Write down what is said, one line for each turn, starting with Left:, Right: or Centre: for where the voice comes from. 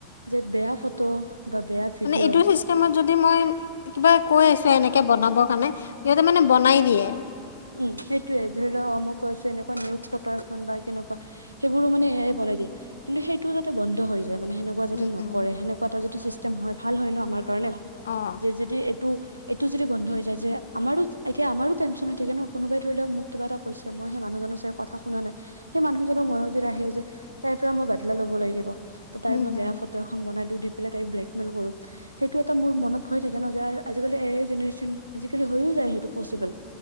Right: যে বেয়া ফটো বা বেয়া ভিডিঅ'
Left: মানে এইটো চিষ্টেমত যদি মই কিবা কৈ আছো, এনে কেবনাব কাৰণে সিহঁতে মানে বনাই দিয়ে।
Right: উম সেইটোয়ে যে ধৰি লওক অ, মই কৈছো এনেকুৱা নিউত ফটো এখন বা কেনেকুৱা সেইবোৰো মানে এ আই বনাই দিয়ে, কিন্তু সেইটোও যাতে বন্ধ হৈ যা- য় মানে সেনেকুৱা
Left: উম,
Right: যদি নকৰে,
Left: উম,
Right: সেনেকুৱা এটা যদি চিষ্টেম হয়। ভাল হয় ন আমাৰ। কাৰনে
Left: অ',
Right: যে যদি এ- টো এইটো যদি বন্ধ হৈ যায় যে, আমাৰো এতিয়া আমাৰ টেনচন গোতে ন কোনোবাই ধৰি লওক মোক কিবা এটা কৈছে, মই সেই মানুহজনৰ চাগ কথা শুনা নাই সেই মানুহজনৰ মনত যেদি আহে যে তাইৰ পৰা মই বাদলা ল'ব লাগিব। <unintelligible> ত, তাই,
Left: উম,
Right: মই
Left: হুম,
Right: বেয়া ফটো এখন বনাই দি <unintelligible> তাইক ব্লেকল কৰো সেইটো এটা মোৰ মনত ভয় থাকে ন আজালি জনেন আজি হৈয়ও যায় সেইটো পচিবল